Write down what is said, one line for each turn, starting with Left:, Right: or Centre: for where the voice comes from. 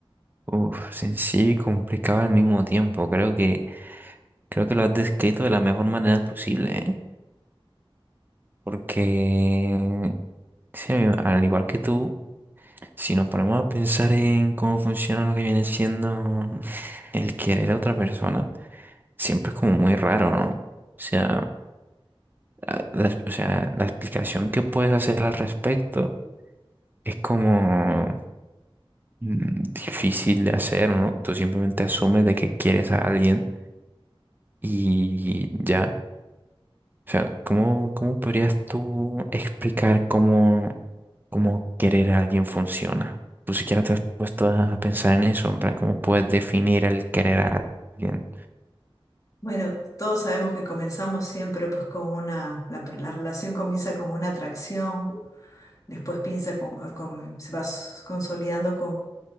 Right: Uf, sencillo y complicado al mismo tiempo. Creo que, creo que lo has descrito de la mejor manera posible, ¿eh? Porque, sí, al igual que tú, si nos ponemos a pensar en cómo funciona lo que viene siendo el querer a otra persona, siempre es como muy raro, ¿no? O sea, a- la, o sea, la explicación que puedes hacer al respecto es como mm, difícil de hacer, ¿no? Tú simplemente asumes de que quieres a alguien Y ya, o sea, ¿cómo, cómo podrías tú explicar cómo, cómo querer a alguien funciona? ¿Tú siquiera te has puesto a pensar en eso? En plan, ¿cómo puedes definir el querer a alguien?
Left: Bueno, todos sabemos que comenzamos siempre pues con una, la, pre- la relación comienza con una atracción, después piensa con, con- se va s- consolidando